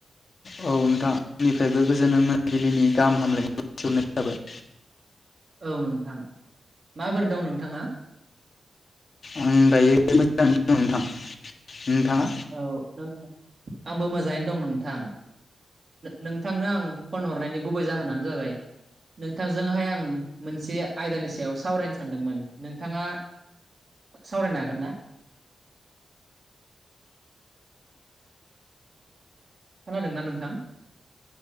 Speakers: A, on the left; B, on the right.
A: औ नोंथां आंनिफ्रायबो गोजोन मोनाबिलिनि गाहाम हामलायनायखौ जासिहरनाय थाबाय।
B: औ नोंथां माबोरै दं नोंथाङा?
A: आं दायो मोजाङैनो दं नोंथां। नोंथाङा
B: औ नों आंबो मोजाङैनो दं नोंथां। नोंथांनो आं फन हरनायनि गुबै जाहोनानो जाबाय। नोंथांजोंहाय आं मोनसे आयदानि सायाव सावरायनो सानदोंमोन नोंथाङा सावरायनो हागोन ना? खोनादोंना नोंथां?